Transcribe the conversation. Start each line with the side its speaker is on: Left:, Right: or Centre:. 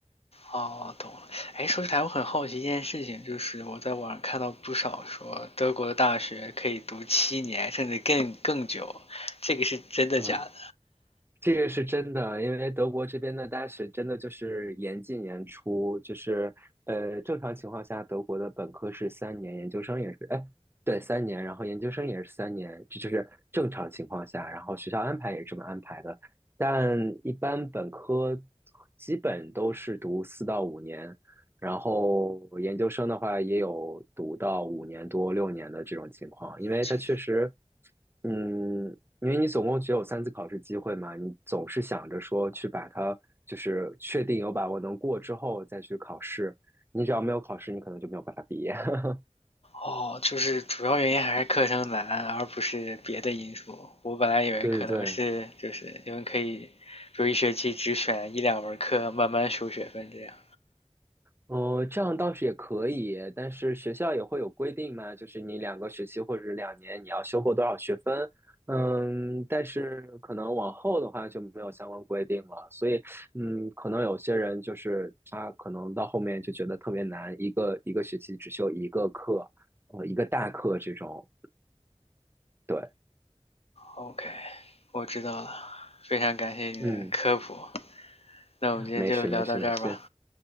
Left: 哦，懂了。哎，说起来，我很好奇一件事情，就是我在网上看到不少说德国的大学可以读七年，甚至更更久，这个是真的假的？
Right: 嗯。这个是真的，因为德国这边的大学真的就是严进严出，就是呃，正常情况下，德国的本科是三年，研究生也是，哎，对，三年，然后研究生也是三年，这就是正常情况下，然后学校安排也是这么安排的，但一般本科基本都是读四到五年，然后研究生的话也有读到五年多六年的这种情况，因为它确实，
Left: 这
Right: 嗯，因为你总共只有三次考试机会嘛，你总是想着说去把它就是确定有把握能过之后再去考试，你只要没有考试，你可能就没有办法毕业。<laughs>
Left: 哦，就是主要原因还是课程难，而不是别的因素。我本来以为可能是就是你们可以，
Right: 对对对，
Left: 就一学期只选一两门课，慢慢修学分这样。
Right: 哦，这样倒是也可以，但是学校也会有规定嘛，就是你两个学期或者是两年你要修够多少学分，嗯，但是可能往后的话就没有相关规定了，所以嗯，可能有些人就是他可能到后面就觉得特别难，一个一个学期只修一个课，呃，一个大课这种，对，
Left: OK，我知道了，非常感谢你的科普。
Right: 嗯，
Left: 那我们今天就聊到这儿吧。
Right: 没事没事没事，